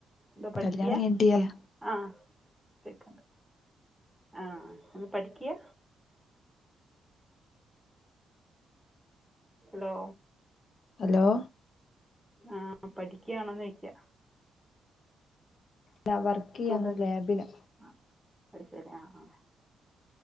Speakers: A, in the centre; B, on the left.
A: എന്താ പഠിക്കിയ
B: കല്യാണം കഴിഞ്ഞിട്ടില്ല
A: ആഹ് കേക്കണ്ട്. ആഹ് ഒന്ന് പഠിക്കിയ. ഹലോ?
B: ഹലോ?
A: ആഹ് പഠിക്കാണോന്നോയിക്ക.
B: ല്ല വർക്ക് ചെയ്യാന്ന്
A: സ്റ്റുഡൻറ്
B: ലാബില്.
A: ആ അത് ശരി ആ ആ